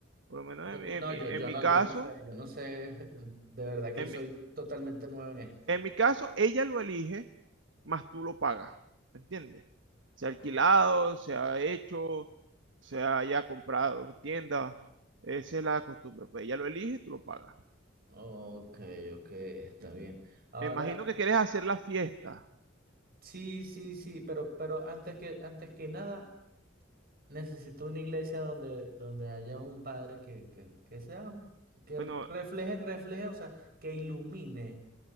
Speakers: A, on the right; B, on the right.
A: Por lo menos
B: No,
A: en mi,
B: no,
A: en mi,
B: yo,
A: en
B: yo
A: mi
B: no,
A: caso,
B: yo no sé, yo no sé. De verdad que
A: en
B: soy
A: mi,
B: totalmente nuevo en esto.
A: en mi caso, ella lo elige, más tú lo pagas. ¿Me entiendes? Se ha alquilado,
B: Oh,
A: se ha hecho, se haya comprado en tienda. Esa es la costumbre. Pues ella lo elige y tú lo pagas.
B: ok, ok, está
A: Ok.
B: bien. Ahora,
A: Me imagino que quieres hacer la fiesta.
B: sí, sí, sí, pero, pero antes que, antes que nada, necesito una iglesia donde, donde haya un padre que, que, que sea, que
A: Bueno,
B: refleje, refleje, o sea, que ilumine.